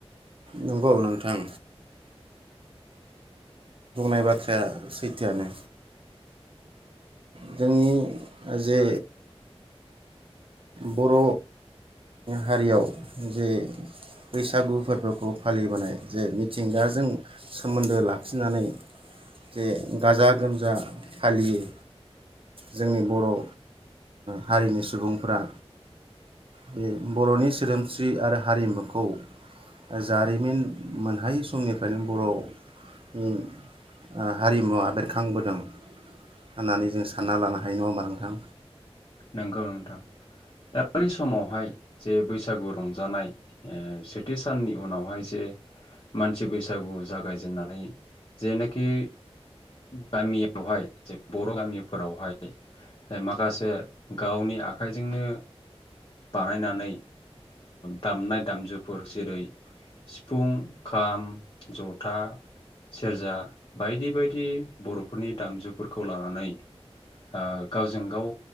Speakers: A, on the right (about 55°); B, on the left (about 45°).
A: नंगौ नोंथां नाय बाथ्राया सैथोआनो। जोंनि जे बर' हारियाव जे बैसागु फोरबोखौ फालिबोनाय जे मिथिंगाजों सोमोन्दो लाखिनानै जे गाजा गोमजा फालियो जोंनि बर' ओ हारिनि सुबुंफोरा। बे बर'नि सोदोमस्रि आरो हारिमुखौ जारिमिन मोनहायै समनिफ्रायनो बर'नि ओ हारिमुवा बेरखांबोदों होननानै जों सानना लानो हायो नङा होमबा नोंथां?
B: नंगौ नोंथां दा बै समाव हाय जे बैसाग मास बैसागु रंजानाय ओ सेथि साननि उनावहाय जे मानसि बैसागु जागायजेननानै जेनोखि गामियावहाय जे बर' गामिफोरावहाय माखासे गावनि आखाइजोंनो बानायनानै दामनाय ओ दामजुफोर जेरै सिफुं खाम जथा सेरजा बायदि बायदि बर'फोरनि दामजुफोरखौ लानानै ओ गावजों गाव